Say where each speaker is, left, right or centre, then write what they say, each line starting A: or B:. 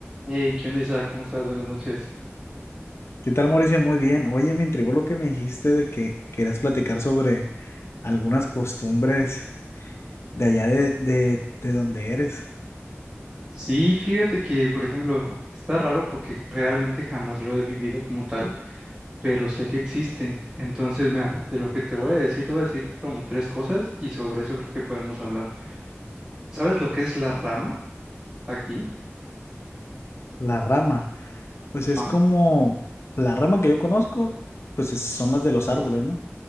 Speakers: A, on the right (about 15°); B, on the left (about 65°).
A: Hey, ¿qué onda, Isaac? ¿Cómo estás? Buenas noches.
B: ¿Qué tal, Mauricio? Muy bien. Oye, me intrigó lo que me dijiste de que querías platicar sobre algunas costumbres de allá de, de, de donde eres,
A: Sí, fíjate que, por ejemplo, está raro porque realmente jamás lo he vivido como tal, pero sé que existe. Entonces, mira, de lo que te voy a decir, te voy a decir como tres cosas y sobre eso creo que podemos hablar. ¿Sabes lo que es la rama aquí?
B: la rama. Pues
A: Ajá.
B: es como la rama que yo conozco, pues es- son las de los árboles, ¿no?